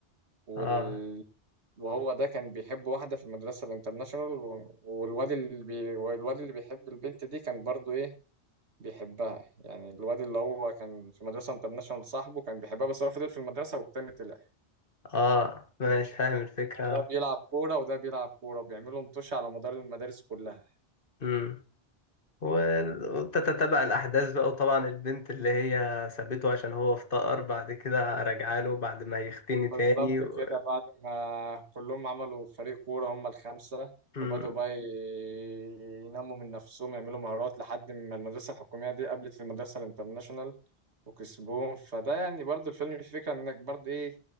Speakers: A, on the right; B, on the left.
A: وال...
B: اه
A: وهو ده كان بيحب واحدة في المدرسة الانترناشونال و- والواد اللي بي... والواد اللي بيحب البنت دي كان برضو ايه بيحبها يعني الواد اللي هو كان في مدرسة انترناشونال صاحبه كان بيحبها بس هو فضل في المدرسة والتاني طلع
B: اه ماشي فاهم الفكره
A: ده بيلعب كورة وده بيلعب كورة وبيعملوا مطوش على مدار المدارس كلها
B: امم وتتتبع الأحداث بقى وطبعا البنت اللي هي سابته عشان هو افتقر بعد كده رجع له بعد ما يختني تاني
A: بالظبط
B: و...
A: كده بعد ما كلهم عملوا فريق كورة هم الخمسة
B: مم.
A: وبدأوا بقى ي- ينموا من نفسهم يعملوا مهارات لحد ما المدرسة الحكومية دي قابلت المدرسة الانترناشونال وكسبوهم فده يعني برضه الفيلم فيه فكرة انك برضه ايه